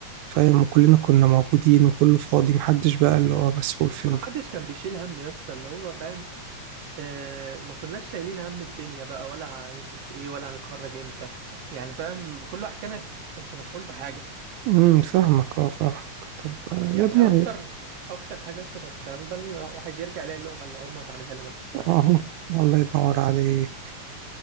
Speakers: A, on the right; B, on the right.
A: فاهم وكلنا كنا موجودين وكله فاضي محدش بقى اللي هو مسؤول في
B: طب ما حدش كان بيشيل هم يا اسطى اللي هو فاهم آه ما كناش شايلين هم الدنيا بقى ولا هنصرف ايه ولا هنتخرج امتى يعني فاهم كل واحد كان كانش مسحول في حاجه
A: امم فاهمك اه فاهمك طب آه،
B: يعني
A: يا ابني
B: اكتر اكتر حاجه يا اسطى كانت بتشغل بال الواحد يرجع يلاقي اللقمه اللي امه هتعملها له مثلا بس
A: اهو
B: كده
A: الله ينور عليك